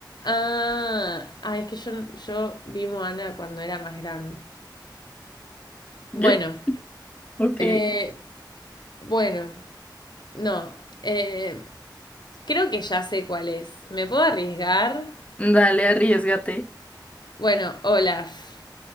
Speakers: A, on the left (about 65°); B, on the left (about 15°).
A: Ah, ah, es que yo, yo vi Moana cuando era más grande. Bueno,
B: Ye- Ok.
A: eh, bueno, no, eh, creo que ya sé cuál es. ¿Me puedo arriesgar?
B: Dale, arriesgate.
A: Bueno, Olaf.